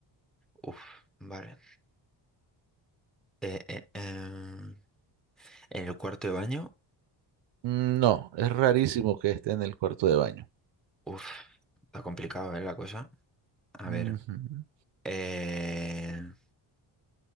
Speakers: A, in the centre; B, on the right.
A: Uf, vale. Eh, eh, em, ¿en el cuarto de baño?
B: Mm, No, es rarísimo que esté en el cuarto de baño.
A: Uf, está complicado, ¿eh, la cosa? A
B: Ujú.
A: ver. eh,